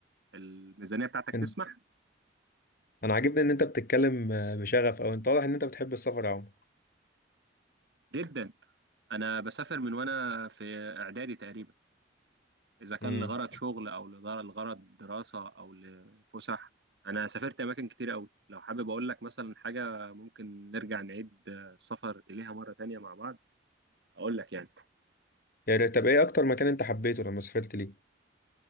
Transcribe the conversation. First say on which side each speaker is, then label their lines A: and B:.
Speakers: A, on the right; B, on the left.
A: الميزانيه بتاعتك
B: انت
A: تسمح
B: أنا عاجبني إن أنت بتتكلم آه، بشغف أو أنت واضح إن أنت بتحب السفر يا عمر
A: جدا انا بسافر من وانا في اعدادي تقريبا إذا كان
B: امم
A: لغرض شغل أو لغرض لغرض دراسة أو لفسح أنا سافرت أماكن كتير أوي لو حابب أقول لك مثلا حاجة ممكن نرجع نعيد آه، السفر إليها مرة تانية مع بعض أقول لك يعني
B: يعني طب إيه أكتر مكان أنت حبيته لما سافرت ليه؟